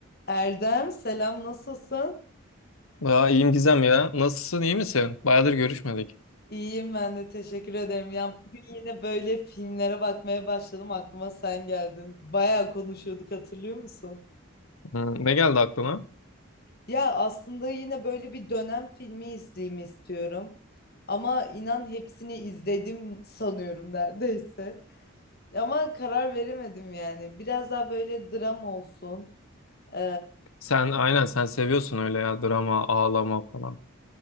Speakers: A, on the left; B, on the left.
A: Erdem selam nasılsın?
B: Ya iyiyim Gizem ya. Nasılsın, iyi misin? Bayağıdır görüşmedik.
A: İyiyim ben de teşekkür ederim. Ya bugün yine böyle filmlere bakmaya başladım aklıma sen geldin. Bayağı konuşuyorduk hatırlıyor musun?
B: Hmm, ne geldi aklına?
A: Ya aslında yine böyle bir dönem filmi izleyeyim istiyorum. Ama inan hepsini izledim sanıyorum neredeyse. Ama karar veremedim yani. Biraz daha böyle dram olsun. Ee,
B: Sen aynen sen seviyorsun öyle ya drama, ağlama falan.